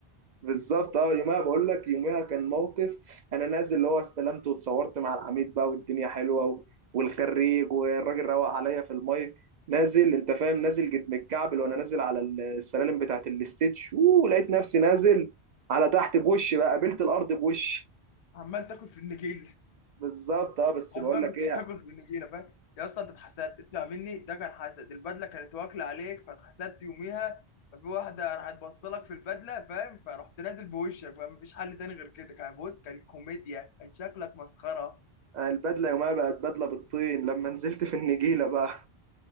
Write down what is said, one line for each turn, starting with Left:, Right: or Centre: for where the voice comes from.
Right: بالظبط اه يومها بقول لك يومها كان موقف انا نازل اللي هو استلمت واتصورت مع العميد بقى والدنيا حلوه و... والخريج والراجل روق عليا في المايك نازل انت فاهم نازل جد متكعبل وانا نازل على السلالم بتاعه الاستيج ولقيت نفسي نازل على تحت بوشي بقى قابلت الارض بوشي
Left: عمال تاكل في النجيله
Right: بالظبط اه بس بقول
Left: عمال
Right: لك
Left: كنت
Right: ايه
Left: بتاكل في النجيله فاهم يا اسطى انت اتحسدت اسمع مني ده كان حسد البدله كانت واكله عليك فاتحسدت يوميها ففي واحده راحت بصلك في البدله فاهم فرحت نازل بوشك بقى مفيش حل تاني غير كده كان بص كان كوميديا كان شكلك مسخره
Right: البدله يومها بقت بدله بالطين لما نزلت في النجيله بقى